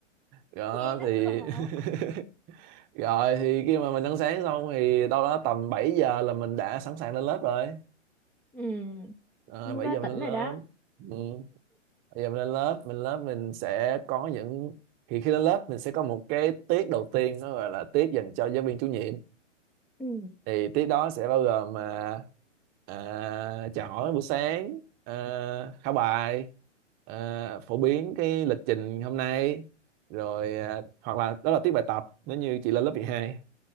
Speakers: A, in the centre; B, on the right.
A: <laughs>
B: đó
A: nghe nó
B: thì
A: khổ
B: <laughs> Rồi thì khi mà mình ăn sáng xong thì đâu đó tầm 7 giờ là mình đã sẵn sàng lên lớp rồi.
A: ừ
B: À,
A: nhưng
B: 7
A: lúc đó
B: giờ mình
A: tỉnh
B: lên lớp.
A: rồi đó
B: Ừ. 7 giờ mình lên lớp, mình lớp mình sẽ có những thì khi lên lớp mình sẽ có một cái tiết đầu tiên nó gọi là tiết dành cho giáo viên chủ nhiệm.
A: ừ
B: Thì tiết đó sẽ bao gồm mà à, chào hỏi buổi sáng, à, khảo bài, à, phổ biến cái lịch trình hôm nay rồi à, hoặc là đó là tiết bài tập nếu như chị lên lớp mười hai